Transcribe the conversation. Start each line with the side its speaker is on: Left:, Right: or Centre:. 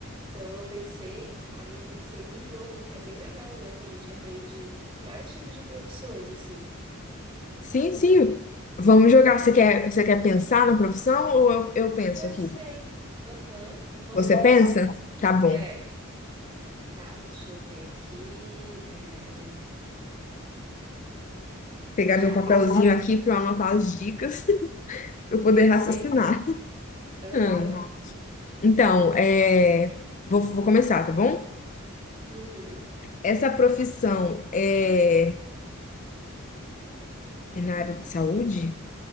Right: Então eu pensei, aí eu pensei no jogo, que é bem legal, né? Que a gente aprende vários tipos de profissões, assim.
Left: sim, sim. Vamos jogar. Você quer, você quer pensar na profissão ou eu, eu penso
Right: Pode
Left: aqui?
Right: ser. Aham, eu posso
Left: Você
Right: pensar.
Left: pensa? Tá bom.
Right: É, tá, deixa eu ver aqui. É,
Left: Pegar
Right: já
Left: meu papelzinho
Right: pensei,
Left: aqui para anotar as dicas para eu poder
Right: pensei.
Left: raciocinar.
Right: Aham.
Left: Hum. Então, é, vou, vou começar, tá bom?
Right: Uhum.
Left: Essa profissão é, é na área de saúde?